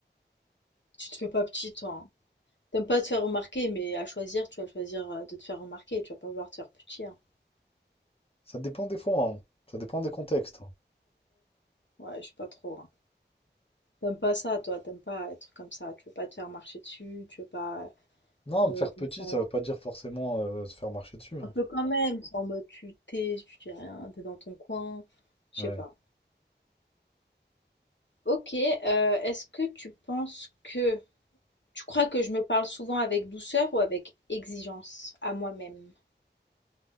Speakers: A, on the left; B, on the left.
A: Tu te fais pas petit, toi. T'aimes pas te faire remarquer, mais à choisir, tu vas choisir euh, de te faire remarquer. Tu vas pas vouloir te faire petit, hein.
B: Ça dépend des fois, hein. Ça dépend des contextes. hein.
A: Ouais, je sais pas trop. hein. T'aimes pas ça, toi. T'aimes pas être comme ça. Tu veux pas te faire marcher dessus. Tu veux pas
B: Non,
A: euh,
B: me faire petit,
A: qu'on s'en...
B: ça veut pas dire forcément euh, se faire marcher dessus. hein.
A: Un peu quand même. En mode, tu t'es, tu dis rien, t'es dans ton coin. Je
B: Ouais.
A: sais pas. Ok. euh, est-ce que tu penses que... Tu crois que je me parle souvent avec douceur ou avec exigence à moi-même?